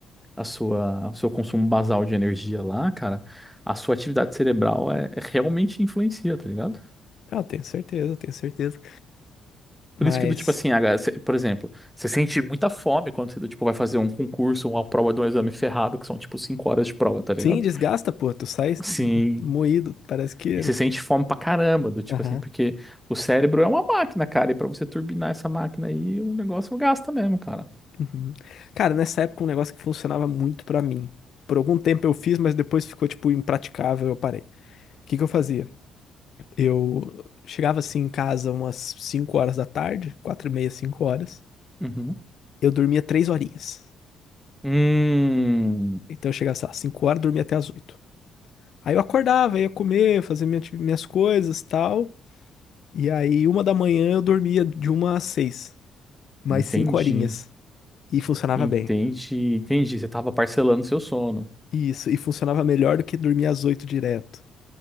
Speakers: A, in the centre; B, on the left.
A: a sua, o seu consumo basal de energia lá, cara, a sua atividade cerebral é, é- realmente influencia, tá ligado?
B: Ah, tenho certeza, tenho certeza. Mas,
A: Por isso que do tipo assim, a- cê- por exemplo, você sente muita fome quando você do tipo vai fazer um concurso, uma prova de um exame ferrado, que são tipo cinco horas de prova, tá ligado?
B: sim, desgasta, pô, tu sai
A: Sim.
B: moído, parece que.
A: E você sente fome pra caramba, do tipo
B: Aham.
A: assim, porque o cérebro é uma máquina, cara, e pra você turbinar essa máquina aí, o negócio gasta mesmo, cara.
B: Uhum. Cara, nessa época um negócio que funcionava muito pra mim. Por algum tempo eu fiz, mas depois ficou tipo impraticável, eu parei. O que que eu fazia? Eu chegava assim em casa umas 5 horas da tarde, 4 e meia, 5 horas.
A: Uhum.
B: Eu dormia 3 horinhas.
A: Hum,
B: Então eu chegava, sei lá, 5 horas, dormia até as 8. Aí eu acordava, ia comer, fazer minha ati- minhas coisas, tal. E aí uma da manhã eu dormia de uma às 6, mais
A: entendi.
B: 5 horinhas. E funcionava
A: Entendi,
B: bem.
A: entendi. Você tava parcelando seu sono.
B: Isso, e funcionava melhor do que dormir às 8 direto.